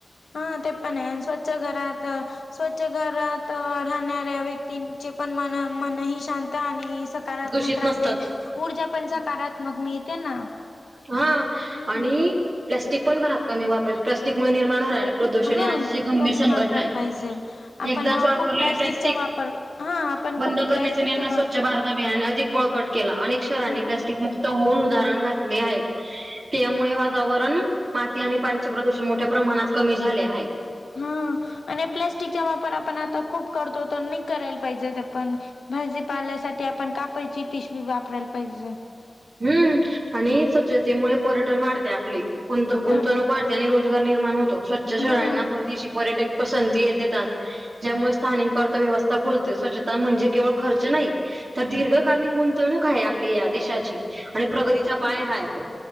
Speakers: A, on the left (about 85°); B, on the right (about 70°).
A: हा ते पण आहेआणि स्वच्छ घरात स्वच्छ घरात राहणाऱ्या व्यक्तींचे पण मन मनही शांत आणि सकारात्
B: शीत नसतात
A: ऊर्जा पण सकारात्मक मिळते ना.
B: हा
A: हम्म
B: आणि प्लास्टिक पण घरात कमी वापरायचे प्लास्टिक निर्माण होणाऱ्या प्रदूषण
A: हा
B: ही आजची गंभीर
A: कमी
B: संघट
A: वापरायला
B: आहे.
A: पाहिजे आपण
B: एकदाच वापरलेले
A: खूप प्लॅस्टिकचा
B: प्लाॅस्टिक
A: वापर हा आपण
B: बंद
A: खूप
B: करण्याचे
A: प्लॅस्टिकचा
B: आणि स्वच्छ भारत अभियान अधिक बळकट केला आणि अनेक शहरांनी
A: वापर
B: प्लॅस्टिक मुक्त होऊन उदाहरण घातले आहे. त्यामुळे वातावरण माती आणि पाण्याचे प्रदूषण मोठ्या प्रमाणात कमी झाले हाय.
A: हा आणि हा प्लाॅस्टिकचा वापर आपण आता खूप करतो तर नी करायला पाहिजेत आपण भाजीपाल्यासाठी आपण कापडची पिशवी वापरायला पायजल.
B: हम्म आणि स्वच्छतेमुळे पर्यटन वाढते आपले. गुंत
A: अ
B: गुंतवणूक वाढते आणि रोजगार निर्माण होतो. स्वच्छ शहरांना
A: हं.
B: परदेशी पर्यटक पसंती ये देतात ज्यामुळे स्थानिक अर्थव्यवस्था फुलते स्वच्छता म्हणजे केवळ खर्च नाही. तर दीर्घकालीन गुंतवणूक हाय, आपली या देशाची आणि प्रगतीचा पाया हाय तो.